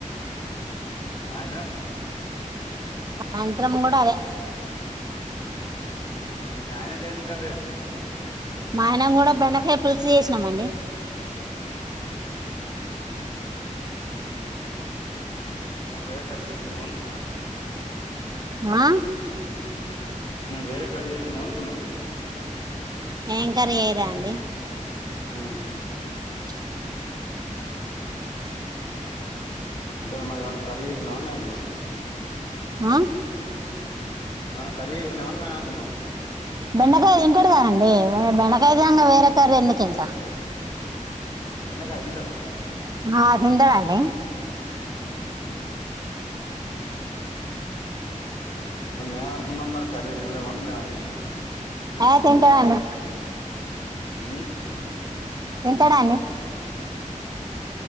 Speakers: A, on the left; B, on the right.
A: మరి సాయంత్రం
B: సాయంత్రము కూడా అదే
A: మరి మీ ఆయనకి ఏం కర్రీ అండి
B: మా ఆయన కూడా బెండకాయ పులుసు చేసినామండి
A: ఉహు మనం వేరే కాడి నుంచి తెచ్చిండు ఏమన్నా
B: ఆ
A: మనం వేరే కాల్ చేసినము అనుకున్నాం
B: ఏం కర్రీ చేయరా అండి
A: ఉన్నా
B: <inaudible>
A: ఇంక మరి ఏమన్నా కర్రీ చేసినవా నేను అనుకున్నా
B: ఆ
A: ఏమన్నా కర్రీ చేసిలేమో అని మేము అనుకున్నాం
B: బెండకాయ తింటాడు కదండి బెండకాయ తినంగా వేరే కర్రీ ఎందుకు ఇంకా
A: బెండకాయ తింటాడా
B: ఆ తింటాడు అండి
A: ఏం అయ్యింది ఓకే మరి మేము అనుకున్నాం మరి కర్రీ తినడు ఏమో మేము అనుకున్నాం
B: ఏ తింటామాయే దా
A: ఉమ్
B: తింటాదండి